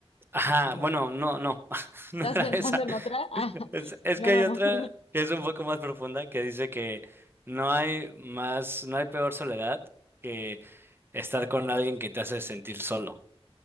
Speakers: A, on the right; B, on the left.
A: ajá,
B: ¿O no?
A: bueno, no, no, <laughs> no
B: ¿Estás
A: era
B: pensando
A: esa.
B: en otra? <laughs> Ah,
A: Es, es
B: no.
A: que hay otra
B: <laughs>
A: que es un poco más profunda que dice que no hay más, no hay peor soledad que estar con alguien que te hace sentir solo.